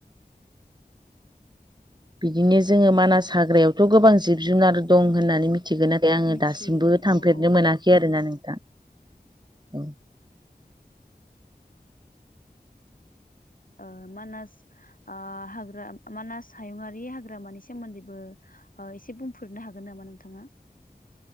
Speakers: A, on the right; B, on the left.
A: बिदिनो जोङो मानास हाग्रायावथ' गोबां जिब जुनार दं होननानै मिथिगोना बे आङो
B: मिथियो
A: दासिमबो थामफेरनो
B: औ औ
A: मोना खै आरोना नोंथां औ
B: ओ मानास आ हाग्रा मानास हायुंङारि हाग्रामानि सोमोन्दैबो ओ एसे बुंफोरनो हागोन नामा नोंथाङा?